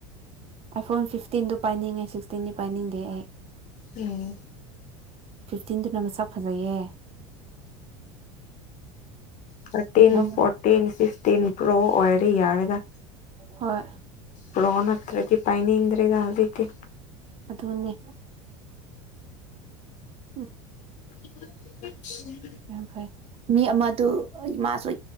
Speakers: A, on the right; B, on the left.
A: ꯑꯩ ꯐꯣꯟ ꯐꯤꯐꯇꯤꯟꯗꯨ ꯄꯥꯏꯅꯤꯡꯉꯦ ꯁꯤꯛꯁꯇꯤꯟꯗꯤ ꯄꯥꯏꯅꯤꯡꯗꯦ ꯑꯩ
B: ꯎꯝ
A: ꯐꯤꯐꯇꯤꯟꯗꯨꯅ ꯃꯁꯛ ꯐꯖꯩꯌꯦ
B: ꯊꯔꯇꯤꯟ
A: ꯌꯥꯝ
B: ꯐꯣꯔꯇꯤꯟ ꯐꯇ ꯇꯤꯟ ꯄ꯭ꯔꯣ ꯑꯣꯔꯔ ꯌꯥꯔꯒ
A: ꯍꯣꯏ
B: ꯄꯣꯟꯠꯇ꯭ꯔꯗꯤ ꯄꯥꯏꯅꯤ ꯏꯗ꯭ꯔꯦꯗꯜꯗꯗꯤ
A: ꯑꯗꯨꯅꯦ ꯎꯝ
B: <unintelligible>
A: ꯌꯥꯝ ꯐꯩ ꯃꯤ ꯑꯃꯗꯨ ꯃꯥꯁꯨ